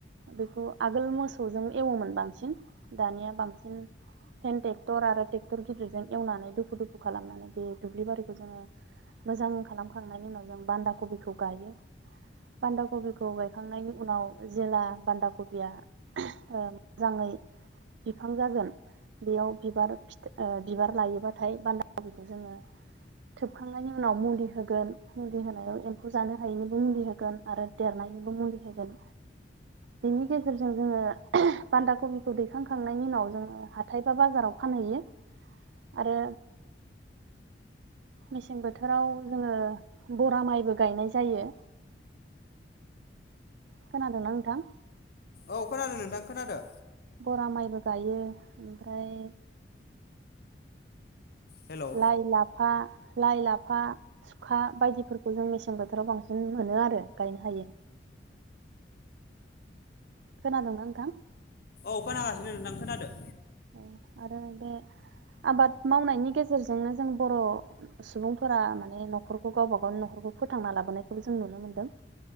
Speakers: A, on the right; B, on the left.
A: बेखौ आगोल मोसौजों एवोमोन बांसिन दानिया बांसिन हेन्द ट्रेक्टर आरो ट्रेक्टर गिदिरजों एवनानै दुफु दुफु खालामनानै बे दुब्लि बारिखौ जोङो मोजां खालामखांनायनि उनाव जों बान्दा कबिखौ गायो। बान्दा कबिखौ गायखांनायनि उनाव जेला बान्दा कबिया मोजाङै बिफां जागोन- बेयाव बिबार फिथ ओ बिबार लायोबाथाय बान्दा बेखौ जोङो थोबखांनायनि उनाव मुलि हो गोन मुलि होनायाव एम्फौ जानो हायैनिबो मुलि होगोन आरो देरनायनिबो मुलि होगोन। बेनि गेजेरजों जोङो बान्दा कबिखौ दैखांखांनायनि उनाव जोङो हाथाय बा बाजाराव फानहैयो आरो मेसें बोथोराव जोङो बरा माइबो गायनाय जायो। खोनादोंना नोंथां?
B: औ खोनादों नोंथां खोनादों।
A: बरा माइबो गायो ओमफ्राय
B: हेलौ
A: लाइ-लाफा लाइ-लाफा बायदिफोरखौ जों मेसें बोथोराव बांसिन मोनो आरो गायनो हायो। खोनादोंना नोंथां?
B: खोनागासिनोदां खोनादों।
A: उम‌ आरो बे आबाद मावनायनि गेजेरजोंनो जों बर' सुबुंफोरा माने नख'रखौ गावबा गावनि नख'र फोथांना लाबोनायखौबो जों नुनो मोनदों।